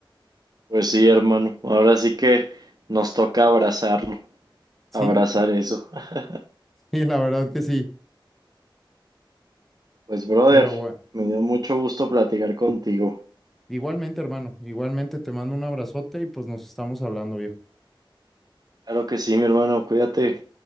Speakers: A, on the right (about 50°); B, in the centre.
A: Pues sí, hermano. Ahora sí que nos toca abrazarlo.
B: Sí,
A: Abrazar eso. <laughs>
B: <laughs> y la verdad que sí.
A: Pues, brother,
B: Pero bueno,
A: me dio mucho gusto platicar contigo.
B: igualmente, hermano, igualmente te mando un abrazote y pues nos estamos hablando, viejo.
A: Claro que sí, mi hermano, cuídate.